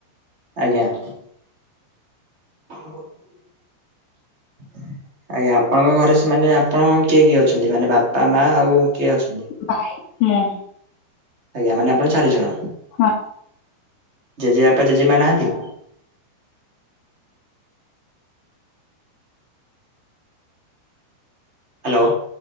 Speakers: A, on the right; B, on the left.
A: ଆଜ୍ଞା। ହ ଆଜ୍ଞା ଆପଣଙ୍କ ଘରେ ସେ ମାନେ ଆପଣଙ୍କ କିଏ କିଏ ଅଛନ୍ତି, ମାନେ ବାପା ମା ଆଉ କିଏ ଅଛନ୍ତି?
B: ଭାଇ ମୁଁ।
A: ଆଜ୍ଞା ମାନେ ଆପଣ ଚାରି ଜଣ?
B: ହଁ।
A: ଜେଜେବାପା ଜେଜେମା ନାହାନ୍ତି? ହାଲୋ।